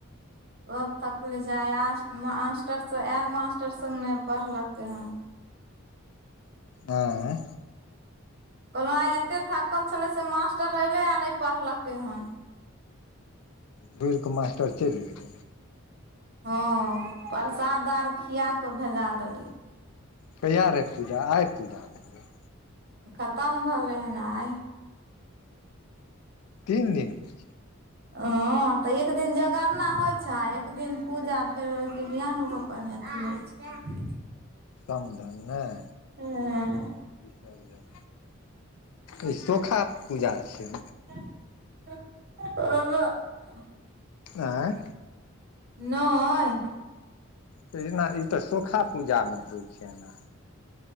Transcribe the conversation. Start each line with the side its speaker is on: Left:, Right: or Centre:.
Right: सभ थकले छै आइ आयल मास्टर सऽ आयल मास्टर सँ नहि पढ़लकै हन
Left: आई
Right: कहलहुँ आइ एते थकल छलै से मास्टर एलै आ नहि पढ़लकै हन
Left: घुईर कऽ मास्टर चलि गेल
Right: हँ प्रसाद आर खिया कऽ भेजा देलियै
Left: कहिया रहे पूजा आइ पूजा भेलै
Right: खतम भेलै हन आइ
Left: तीन दिन होइ छै
Right: हां तऽ एक दिन जगरना होइ छै एक दिन पूजा फेर बिहान भऽ कऽ नऽ अथि <unintelligible>
Left: समदन नहि
Right: होइ
Left: बिसर्जन ई सोखाकेँ पूजा छियै
Right: <unintelligible>
Left: आँय
Right: नएय
Left: तहिना ई तऽ सोखा पूजा मे होइ छै नऽ